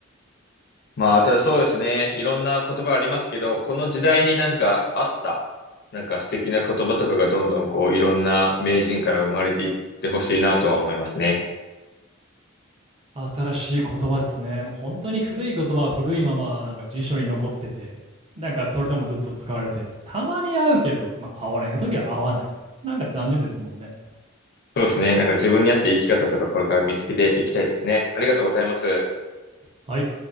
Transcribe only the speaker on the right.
新しい言葉ですね。もう本当に古い言葉は古いままなんか辞書に残ってて、なんかそれでもずっと使われてて、たまに会うけど、まあ合わない時は合わないと。なんか残念ですもんね。
はい。